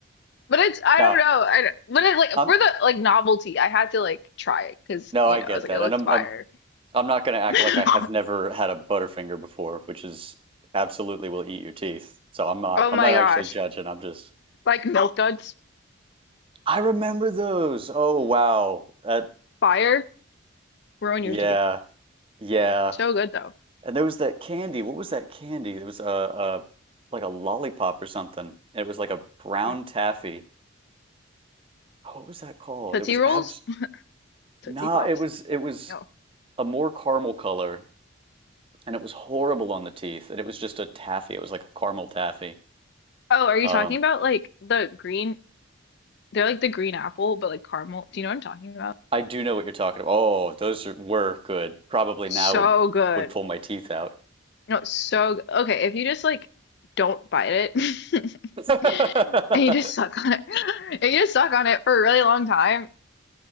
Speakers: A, on the left (about 55°); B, on the right (about 25°).
A: But it's I
B: Now,
A: don't know. I don't- but it like
B: I'm
A: for the like novelty, I had to like try it because
B: no,
A: you
B: I
A: know
B: get
A: I was like
B: that,
A: it looks
B: and I'm
A: fire.
B: I'm I'm not going to act
A: <laughs>
B: like I have never had a Butterfinger before, which is absolutely will eat your teeth. So I'm not
A: Oh
B: I'm
A: my
B: not actually
A: gosh,
B: judging. I'm just
A: like milk duds,
B: I remember those. Oh wow, that
A: fire, ruin
B: yeah
A: your teeth.
B: yeah.
A: So good though.
B: And there was that candy. What was that candy? It was a, a like a lollipop or something. It was like a brown
A: Mm.
B: taffy. What was that called?
A: Tootsie
B: It was
A: rolls,
B: abs.
A: Tootsie
B: Nah,
A: Flops.
B: it was it was
A: No.
B: a more caramel color. and it was horrible on the teeth. And it was just a taffy. It was like a caramel taffy.
A: Oh, are you
B: Um,
A: talking about like the green? They're like the green apple, but like caramel. Do you know what I'm talking about?
B: I do know what you're talking about. Oh, those are, were good. Probably
A: So
B: now would
A: good.
B: would pull my teeth out.
A: No, it's so g- okay. If you just like don't bite it
B: <laughs>
A: <laughs> and you just suck on it, <laughs> and you just suck on it for a really long time,